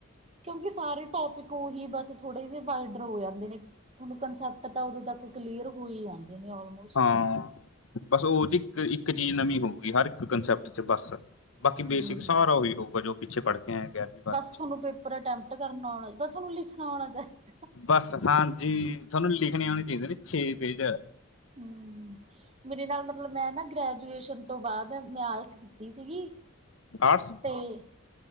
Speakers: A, on the right (about 30°); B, on the left (about 75°).
A: ਕਿਉਂਕਿ ਸਾਰੇ ਟੋਪਿਕ ਉਹੀ ਬਸ, ਥੋੜੇ ਜਿਹੇ ਵਾਈਡਰ ਹੋ ਜਾਂਦੇ ਨੇ। ਤੁਾਨੂੰ ਕੰਸੈਪਟ ਤਾਂ ਉਦੋਂ ਤੱਕ ਕਲੀਅਰ, ਹੋਈ ਹੀ ਆਦੇ ਨੇ ਆਲਮੋਸਟ।
B: ਹਾਂ ਬਸ ਉਹ ਚ ਇੱਕ- ਇੱਕ ਚੀਜ਼ ਨਵੀਂ ਹੋਊਗੀ। ਹਰ ਇੱਕ ਕੰਸੈਪਟ ਚ ਬਸ। ਬਾਕੀ
A: ਹੂੰ
B: ਬੇਸਿਕ ਸਾਰਾ ਉਹੀ ਹੋਊਗਾ, ਜੋ ਪਿੱਛੇ ਪੜ ਕੇ ਆਏ ਗਿਆਰਵੀਂ ਬਾਰਵੀਂ
A: ਬਸ
B: ਚ
A: ਤੁਹਾਨੂੰ ਪੇਪਰ ਅਟਟ ਕਰਨਾ ਆਣਾ ਚ ਬਸ ਤੁਹਾਨੂੰ ਲਿਖਣਾ ਚਾਹੀਦਾ।
B: ਬਸ ਹਾਂਜੀ, ਤੁਹਾਨੂੰ ਲਿਖਣੀ ਹੋਉਣੀ ਚਾਹੀਦੀ ਛੇ ਪੇਜ।
A: ਹੂੰ, ਮੇਰੇ ਨਾਲ ਮਤਲਬ ਮੈਂ ਨਾ ਗ੍ਰਹਿ- ਤੋਂ ਬਾਅਦ ਮੈ ਆਲਸ ਕੀਤੀ ਸੀਗੀ।
B: ਆਰਟਸ
A: ਤੇ